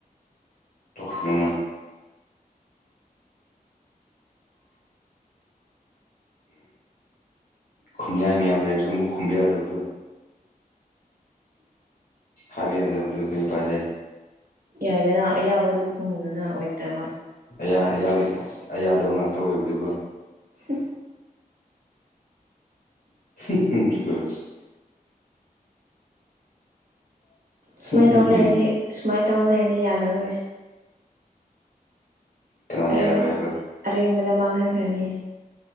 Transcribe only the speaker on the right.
ꯌꯥꯏꯗꯥꯅ ꯑꯌꯥꯕꯗꯨ ꯈꯨꯝꯃꯨꯗꯥꯅ ꯑꯣꯏꯇꯕꯥ
ꯍꯨꯝ
ꯁꯨꯃꯥꯏꯅ ꯇꯧ
ꯂꯩꯔꯥꯗꯤ ꯁꯨꯃꯥꯏꯅ ꯇꯧ ꯂꯩꯔꯥꯗꯤ ꯌꯥꯔꯔꯣꯏ
ꯑꯔꯦꯝ
ꯑꯔꯦꯝꯕꯥꯗ ꯃꯥꯡꯍꯟꯈ꯭ꯔꯥꯅꯤ